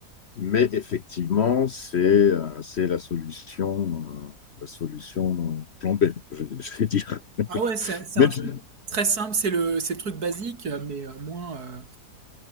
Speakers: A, on the left (about 50°); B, on the right (about 70°).
A: Mais effectivement, c'est euh, c'est la solution, euh, la solution plan B, je, je vais dire.
B: Ah ouais, c'est c'est
A: Même,
B: un truc
A: si-
B: très simple, c'est le, c'est le truc basique, mais euh, moins... euh,